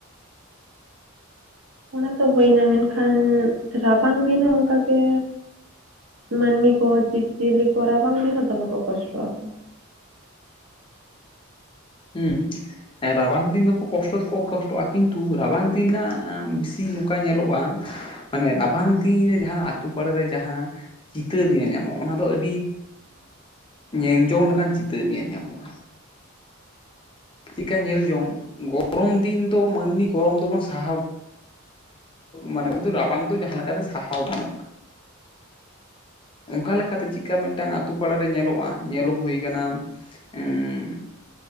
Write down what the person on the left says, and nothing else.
ᱦᱩᱸ᱾ ᱮ ᱨᱟᱵᱟᱝ ᱫᱤᱱ ᱫᱚᱠᱚ ᱠᱚᱥᱴᱚ ᱫᱚᱠᱚ ᱠᱚᱥᱴᱚᱜ-ᱟ, ᱠᱤᱱᱛᱩ ᱨᱟᱵᱟᱝ ᱫᱤᱱ ᱨᱮᱱᱟᱜ ᱥᱤ ᱱᱚᱝᱠᱟ ᱧᱮᱞᱚᱜᱼᱟ, ᱢᱟᱱᱮ ᱨᱟᱵᱟᱝ ᱫᱤᱱ ᱨᱮ ᱡᱟᱸᱦᱟᱸ ᱟᱛᱩ ᱯᱟᱲ ᱨᱮ ᱡᱟᱸᱦᱟᱸ ᱪᱤᱛᱟᱹᱨ ᱧᱮᱞ ᱧᱟᱢᱚᱜ ᱚᱱᱟ ᱫᱚ ᱟᱹᱰᱤ ᱧᱮᱞᱡᱚᱝ ᱞᱮᱠᱟᱱ ᱪᱤᱛᱟᱹᱨ ᱧᱮᱞ ᱧᱟᱢᱚᱜᱼᱟ᱾ ᱪᱮᱠᱟ ᱧᱮᱞ ᱡᱚᱝ, ᱜᱚᱨᱚᱢ ᱫᱤᱱ ᱫᱚ ᱢᱟᱹᱱᱢᱤ ᱜᱚᱨᱚᱢ ᱫᱚᱵᱚᱱ ᱥᱟᱦᱟᱣ ᱢᱟᱱᱮ ᱠᱤᱱᱛᱩ ᱨᱟᱵᱟᱝ ᱫᱚ ᱡᱟᱸᱦᱟᱸ ᱞᱮᱠᱟᱛᱮ ᱥᱟᱦᱟᱣ ᱜᱟᱱᱚᱜᱼᱟ᱾ ᱚᱝᱠᱟ ᱞᱮᱠᱟᱛᱮ ᱪᱮᱫᱠᱟ ᱢᱤᱫᱴᱟᱱ ᱟᱛᱩ ᱯᱟᱲᱟᱨᱮ ᱧᱮᱞᱚᱜᱼᱟ ᱧᱮᱞᱚ ᱦᱳᱭ ᱠᱟᱱᱟ, ᱩᱸᱻ